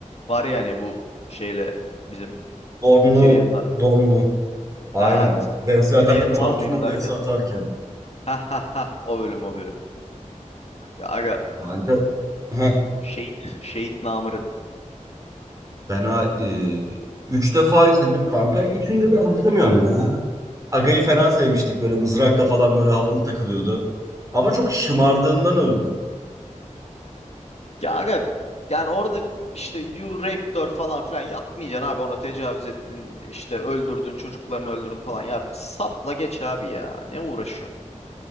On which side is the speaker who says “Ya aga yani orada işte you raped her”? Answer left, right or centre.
Left